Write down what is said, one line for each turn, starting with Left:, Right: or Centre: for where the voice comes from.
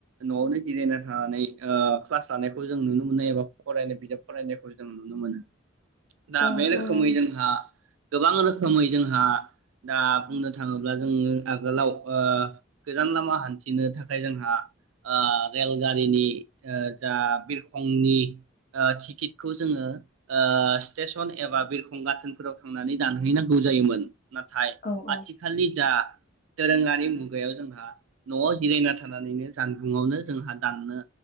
Right: न'आवनो जिरायना थानानै ओ क्लास लानायखौ जों नुनो मोनो एबा फरायनाय बिजाब फरायनायखौ जों नुनो मोनो। दा
Left: औ
Right: बे रोखोमै
Left: नंगौ
Right: जोंहा गोबां रोखोमै जोंहा दा बुंनो थाङोब्ला जोंङो आगोलाव ओ गोजान लामा हान्थिनो थाखाय जोंहा ओ रेलगारिनि जा बिरखंनि ओ टिकेटखौ जोङो स्टेसन एबा बिरखं गाथोनफोराव थां थांनानै दानहैनांगौ जायोमोन नाथाय
Left: औ औ
Right: आथिखालनि दा दोरोङारि मुगायाव जोंहा न'आव जिरायना थानानैनो जानबुंआवनो जोंहा दाननो